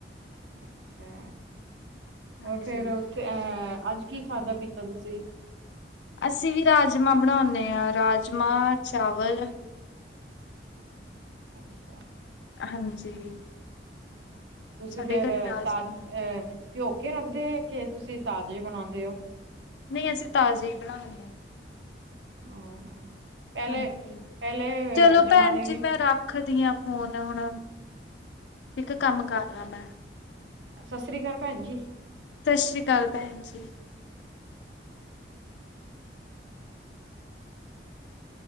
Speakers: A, on the right (about 80°); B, on the left (about 75°).
A: ਅੱਛਾ
B: ਹਾਂਜੀ।
A: ਹੋਰ ਫੇਰ ਉੱਥੇ ਆ ਅੱਜ ਕੀ ਖਾਧਾ ਪੀਤਾ ਤੁਸੀਂ।
B: ਅਸੀਂ ਵੀ ਰਾਜਮਾਂ ਬਣਾਉਂਦੇ ਹਾਂ ਰਾਜਮਾਂ, ਚਾਵਲ।
A: ਅੱਛਾ।
B: ਹਾਂਜੀ।
A: ਤੁਸੀਂ
B: ਸਾਡੇ
A: ਫੇਰ
B: ਘਰੇ ਰਾਜਮਾਂ
A: ਤਾਜ ਅਹ ਭਿਓਕੇ ਰੱਖਦੇ ਕਿ ਤੁਸੀਂ ਤਾਜ਼ੇ ਬਣਾਉਂਦੇ ਹੋ।
B: ਨਹੀਂ ਅਸੀਂ ਤਾਜ਼ੇ ਹੀ ਬਣਾਨੇ ਆ।
A: ਹਾਂ। ਪਹਿਲੇ
B: ਹਾਂਜੀ
A: ਪਹਿਲੇ
B: ਚਲੋ
A: ਅ, ਜ਼ਮਾਨੇ
B: ਭੈਣ ਜੀ
A: ਵਿੱਚ
B: ਮੈਂ ਰੱਖਦੀ ਹਾਂ ਫੋਨ ਹੁਣ। ਠੀਕ ਆ ਕੰਮ ਕਰ ਲਾ ਮੈਂ।
A: ਸਤਿ ਸ੍ਰੀ ਅਕਾਲ ਭੈਣ ਜੀ।
B: ਸਤਿ ਸ੍ਰੀ ਅਕਾਲ ਭੈਣ ਜੀ।